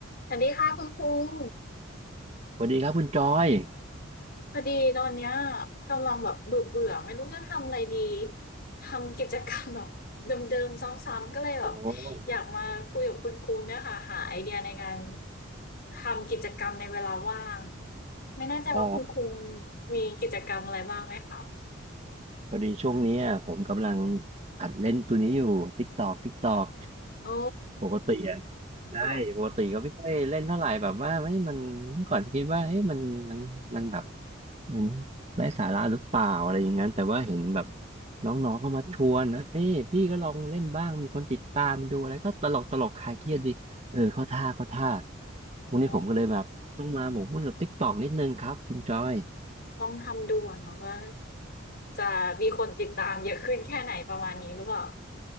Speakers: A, on the left; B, on the right.
A: สวัสดีค่ะคุณคุง
B: สวัสดีครับคุณจอย
A: พอดีตอนเนี้ยกำลังแบบเบื่อเบื่อไม่รู้จะทำอะไรดีทำกิจกรรมแบบเดิมๆซ้ำๆก็เลยแบบ
B: โอ้
A: อยากมาคุยกับคุณคุงเนี่ยค่ะหาไอเดียในการทำกิจกรรมในเวลาว่างไม่แน่ใจว่าคุณคุง
B: อ๋อ
A: มีกิจกรรมอะไรบ้างไหมคะ
B: พอดีช่วงเนี้ยผมกำลังหัดเล่นตัวนี้อยู่ ติ๊ <laughs> กตอกติ๊กตอก
A: โอ้
B: ปกติอะใช่ปกติก็ไม่ค่อยเล่นเท่าไหร่แบบว่าไม่มันเมื่อก่อนคิดว่าเฮ้ยมันมันมันแบบ
A: ค่ะ
B: มันไร้สาระหรือเปล่าอะไรอย่างนั้น แต่ว่าเห็นแบบน้องๆเข้ามาชวนนะเฮ้ยพี่ก็ลองเล่นบ้าง มีคนติดตามดูอะไรก็ตลกตลกคลายเครียดดีเออเข้าท่าเข้าท่าพรุ่งนี้ผมก็เลยแบบต้องมาหมกมุ่นกับติ๊กตอกนิดนึงครับคุณจอย
A: อ๋อลองทำดูอะเนาะว่าจะมีคนติดตามเยอะขึ้นแค่ไหนประมาณนี้หรือเปล่า